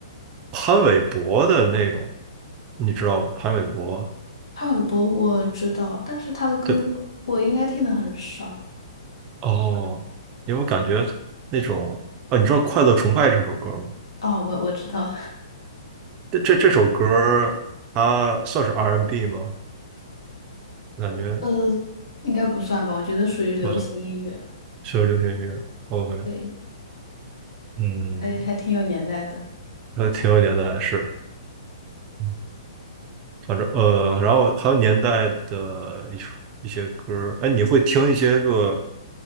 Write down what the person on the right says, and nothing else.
潘玮柏的那种，你知道吗？潘玮柏，
对，哦，因为我感觉那种，啊，你知道《快乐崇拜》这首歌吗？
这这这首歌儿它算是 R&B 吗？我感觉
不算，确实流行乐。OK，
嗯，
还挺有年代的，是，嗯反正呃，然后还有年代的一一些歌儿。哎，你会听一些个，